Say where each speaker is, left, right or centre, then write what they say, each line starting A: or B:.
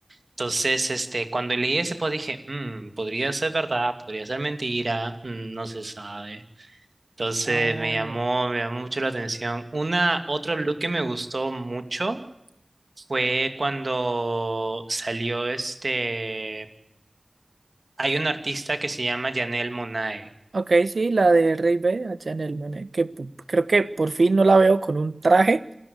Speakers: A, on the right; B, on the right.
A: Entonces, este, cuando leí ese post dije, "Mm, podría ser verdad, podría ser mentira, mm, no se sabe. Entonces
B: Ah,
A: me llamó, me llamó mucho la atención. Una, otro look que me gustó mucho fue cuando salió este, hay un artista que se llama Janelle Monáe.
B: Ok, sí, la de Rey B, a Chanel Monáe, que pu- creo que por fin no la veo con un traje.